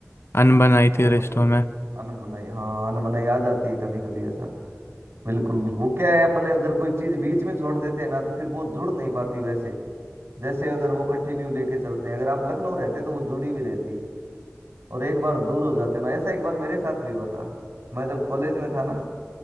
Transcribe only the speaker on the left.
अनबन आई
थी रिश्तों
में